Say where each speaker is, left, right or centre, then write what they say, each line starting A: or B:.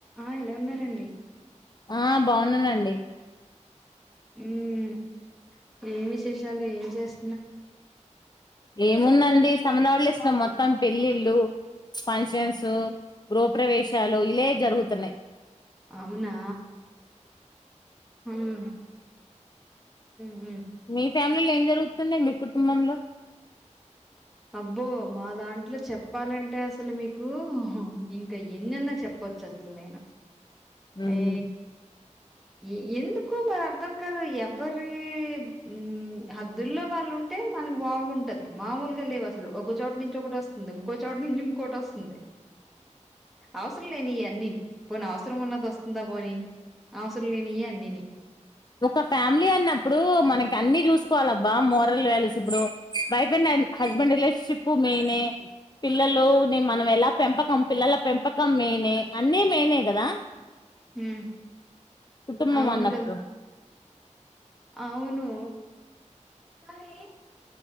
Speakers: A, in the centre; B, on the left (about 35°).
A: ఆ ఎలా ఉన్నారండి
B: ఆ బాన్నానండి
A: ఉమ్ ఏం విశేషాలు ఏం చేస్
B: ఏముందండి సమ్మన్ హాలిడేస్ లో మొత్తం పెళ్లిళ్లు ఫంక్షన్స్ గృహప్రవేశాలు ఇలే జరుగుతున్నాయి
A: అవునా హమ్మ్ మ్
B: మీ ఫ్యామిలీలో ఏం జరుగుతుంది మీ కుటుంబంలో
A: అబ్బో మా దాంట్లో చెప్పాలంటే అసలు మీకు ఇంకా ఎన్నెన్నో చెప్ప కోచ్చ అసలు నేను
B: ఉమ్.
A: ఏ ఇ ఎందుకో మరి అర్థం కాదు ఎవ్వరీ ఉమ్ హబ్ దుల్లో వాళ్ళు ఉంటే మనకి బాగుంటది మామూలు అసలు ఒకచోటు నుంచి ఒకటి వస్తుంది ఇంకో చోటు నుంచి ఇంకోటి వస్తుంది అవసరం లేని అన్నిని పోనీ అవసరం ఉన్నది వస్తుందా పోనీ అవసరం లేనియే అన్నిని
B: ఒక ఫ్యామిలీ అన్నప్పుడు మనకి అన్ని చూసుకోవాలబ్బా మోరల్ వాల్యూస్ ఇప్పుడు వైఫ అండ్ హ హస్బండ్ రిలేేషన్షిప్పు మైనే పిల్లలుని మనం ఎలా పెంపకం పిల్లల పెంపకం మెయినే అన్నీ మెయినే గదా
A: హ్మ్
B: కుటుంబం
A: అవును
B: అన్నప్పుడు
A: కదా అవును కానీ